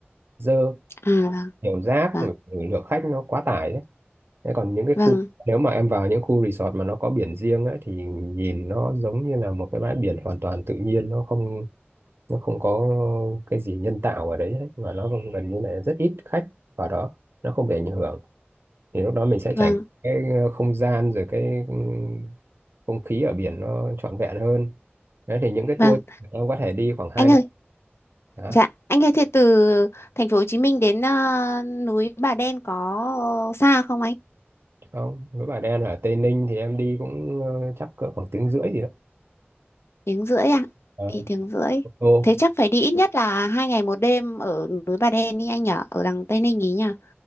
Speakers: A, on the right; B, on the left.
A: dơ
B: à, vâng,
A: nhiều rác
B: vâng,
A: rồi lượng khách nó quá tải đấy thế còn những cái
B: vâng,
A: khu nếu mà em vào những khu resort mà nó có biển riêng ấy thì nhìn nó giống như là một cái bãi biển hoàn toàn tự nhiên nó không nó không có cái gì nhân tạo ở đấy hết và nó gần như là rất ít khách vào đó nó không bị ảnh hưởng thì lúc đó mình sẽ
B: vâng,
A: trải nghiệm cái ờ, không gian rồi cái ừm, không khí ở biển nó trọn vẹn hơn đấy thì những cái
B: vâng.
A: tour em có thể đi khoảng hai
B: Anh
A: ngày.
B: ơi,
A: đó
B: dạ, anh ơi, thế từ thành phố Hồ Chí Minh đến ờ, núi Bà Đen có xa không anh?
A: không núi Bà Đen ở Tây Ninh thì em đi cũng ờ, chắc cỡ khoảng tiếng rưỡi gì đó
B: Tiếng rưỡi à?
A: Ờ,
B: Thì tiếng rưỡi.
A: ô tô
B: Thế chắc phải đi ít nhất là hai ngày một đêm ở núi Bà Đen đi anh nhở, ở đằng Tây Ninh ý nhở,